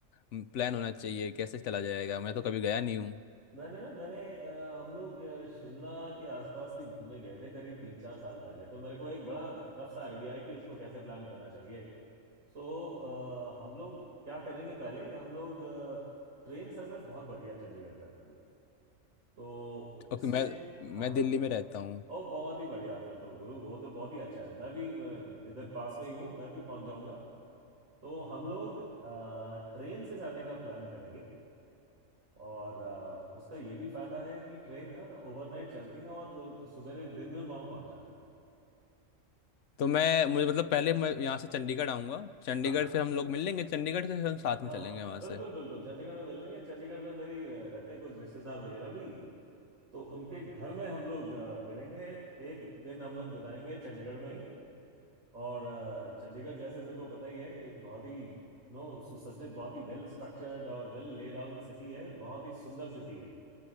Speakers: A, on the left (about 70°); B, on the right (about 85°).
A: प्लान होना चाहिए कैसे चला जाएगा मैं तो कभी गया नहीं हूँ
B: मैंने ना मैंने अ, हम लोग अ, शिमला के आसपास भी घूमने गए थे करीब तीन चार साल पहले तो मेरे को एक बड़ा रफ सा आइडिया है कि उसको कैसे प्लान करना चाहिए सो अ, हम लोग क्या करेंगे पहले हम लोग अ, ट्रेन सर्विस बहुत बढ़िया है चंडीगढ़ तक के लिए तो
A: ओके
B: इसमें
A: मैं
B: हाँ
A: मैं दिल्ली में रहता हूँ
B: और बहुत ही बढ़िया फिर तो गुरु वो तो बहुत ही अच्छा है मैं भी अ, इधर पास में ही हूँ मैं भी पहुंच जाऊंगा तो हम लोग अ, ट्रेन से जाने का प्लान करेंगे और अ, उसका ये भी फायदा है कि ट्रेन ना ओवरनाइट चलती है और सवेरे दिन में वहां पहुंच जाती है
A: तो मैं मुझे मतलब पहले मैं यहाँ से चंडीगढ़ आऊँगा चंडीगढ़
B: हाँ
A: फिर हम लोग मिल लेंगे चंडीगढ़ से फिर हम साथ में
B: हाँ
A: चलेंगे वहाँ
B: बिल्कुल
A: से
B: बिल्कुल चंडीगढ़ में मिलेंगे चंडीगढ़ में मेरी रह- रहते हैं कुछ रिश्तेदार वगैरह भी तो उनके घर में हम लोग अ, मिलेंगे एक दिन हम लोग बिताएंगे चंडीगढ़ में ही और अ, चंडीगढ़ जैसे तेरे को पता ही है एक बहुत ही नो सुसज्जित बहुत ही वेल स्ट्रक्चर्ड और वेल लेड आउट सिटी है बहुत ही सुंदर सिटी है